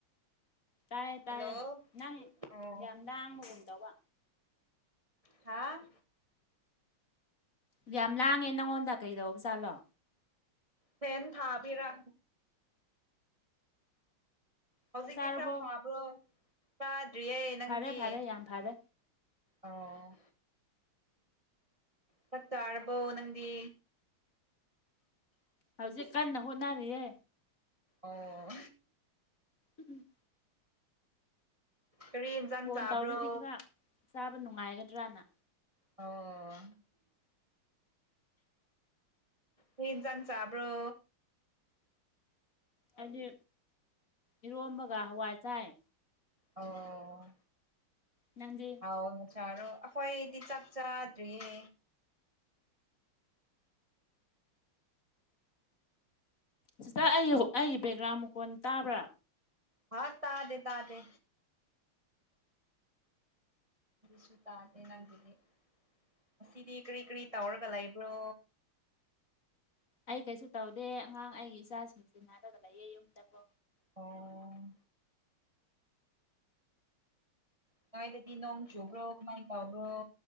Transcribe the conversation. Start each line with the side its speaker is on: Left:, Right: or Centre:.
Left: ꯇꯥꯏ
Right: ꯍꯜꯂꯣ
Left: ꯇꯥꯏ ꯅꯪ
Right: ꯑꯣ
Left: ꯌꯥꯝ ꯂꯥꯡꯕꯒꯨꯝ ꯇꯧꯕ
Right: ꯍꯥꯥ
Left: ꯌꯥꯝ ꯂꯥꯡꯉꯦ ꯅꯪꯉꯣꯟꯗ ꯀꯩꯗꯧꯕ ꯖꯥꯠꯂꯣ
Right: ꯐꯦꯟ ꯊꯥꯕꯤꯔ ꯍꯧꯖꯤꯛꯇꯤ
Left: ꯆꯥꯛ ꯆꯥꯔꯕꯣ
Right: ꯈꯔ ꯐꯥꯕ꯭ꯔꯣ ꯀꯥꯗ꯭ꯔꯤꯌꯦ ꯅꯪꯗꯤ
Left: ꯐꯔꯦ ꯐꯔꯦ ꯌꯥꯝ ꯐꯔꯦ
Right: ꯑꯧ ꯆꯥꯛ ꯆꯥꯔꯕꯣ ꯅꯪꯗꯤ
Left: ꯍꯧꯖꯤꯛ ꯀꯟꯅ ꯍꯣꯠꯅꯔꯤꯌꯦ
Right: ꯑꯣ
Left: ꯎꯝ
Right: ꯀꯔꯤ ꯌꯦꯟꯖꯥꯡ
Left: ꯐꯣꯟ
Right: ꯆꯥꯕ꯭ꯔꯣ
Left: ꯇꯧꯔꯤꯗꯤ ꯈꯔ ꯆꯥꯕ ꯅꯨꯡꯉꯥꯏꯒꯗ꯭ꯔꯅ
Right: ꯑꯣ ꯃꯤꯟꯖꯥꯡ ꯆꯥꯕ꯭ꯔꯣ
Left: ꯍꯥꯏꯗꯤ ꯏꯔꯣꯝꯕꯒ ꯍꯋꯥꯏ ꯆꯥꯏ
Right: ꯑꯣ
Left: ꯅꯪꯖꯦ
Right: ꯍꯥꯎ ꯅ ꯁꯥꯥꯔꯣ ꯑꯩꯈꯣꯏꯗꯤ ꯆꯥꯛ ꯆꯥꯗ꯭ꯔꯤꯌꯦ
Left: ꯁꯤꯁꯇꯔ ꯑꯩꯒꯤ ꯑꯩꯒꯤ ꯕꯦꯛꯒ꯭ꯔꯥꯎꯟ ꯃꯈꯣꯟ ꯇꯥꯕ꯭ꯔꯥ
Right: ꯍꯥꯎ ꯇꯥꯗꯦ ꯇꯥꯗꯦ ꯁꯨꯨ ꯇꯥꯗꯦ ꯅꯪꯒꯤꯗꯤ ꯉꯁꯤꯗꯤ ꯀꯔꯤ ꯀꯔꯤ ꯇꯧꯔꯒ ꯂꯩꯕ꯭ꯔꯣ
Left: ꯑꯩ ꯀꯩꯁꯨ ꯇꯧꯗꯦ ꯑꯉꯥꯡ ꯑꯩꯒꯤ ꯏꯆꯥꯁꯤꯡꯁꯤ ꯅꯥꯔꯒ ꯂꯩꯌꯦ ꯌꯨꯝꯗꯀꯣ
Right: ꯑꯣ ꯅꯣꯏ ꯗꯗꯤ ꯅꯣꯡꯆꯨꯕꯔꯣ ꯀꯃꯥꯏ ꯇꯧꯕꯔꯣ